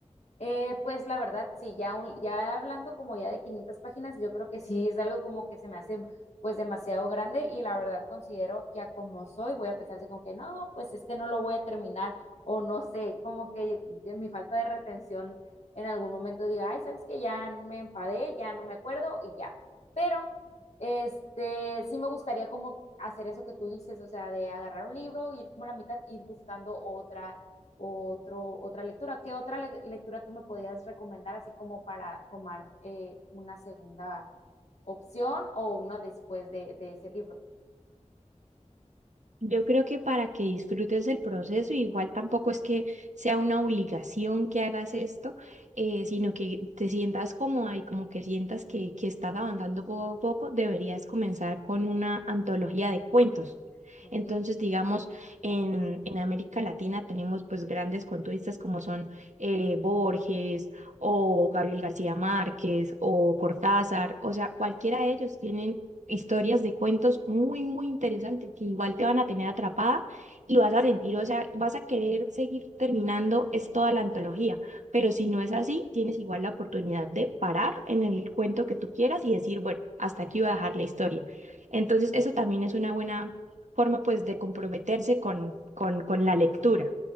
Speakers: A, on the left (about 65°); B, on the right (about 80°).
A: Eh, pues la verdad, sí, ya, un- ya hablando como ya de 500 páginas, yo creo que sí es algo como que se me hace pues demasiado grande y la verdad considero que a como soy voy a pensarse como que no, pues este no lo voy a terminar o no sé, como que de mi falta de retención en algún momento diga, ay, ¿sabes qué? Ya me enfadé, ya no me acuerdo y ya. Pero este sí me gustaría como hacer eso que tú dices, o sea, de agarrar un libro, ir como a la mitad, ir buscando otra otro, otra lectura. ¿Qué otra le lectura tú me podías recomendar así como para tomar eh, una segunda opción o una después de, de ese libro?
B: Yo creo que para que disfrutes el proceso, igual tampoco es que sea una obligación que hagas esto, eh, sino que te sientas cómoda y como que sientas que, que estás avanzando poco a poco, deberías comenzar con una antología de cuentos.
A: Ok.
B: Entonces, digamos, en, en América Latina tenemos pues grandes cuentistas como son eh, Borges o Gabriel García Márquez o Cortázar, o sea, cualquiera de ellos tienen historias de cuentos muy, muy interesantes que igual te van a tener atrapada y vas a sentir, o sea, vas a querer seguir terminando, es toda la antología, pero si no es así, tienes igual la oportunidad de parar en el cuento que tú quieras y decir, bueno, hasta aquí voy a dejar la historia. Entonces, eso también es una buena forma, pues, de comprometerse con, con, con la lectura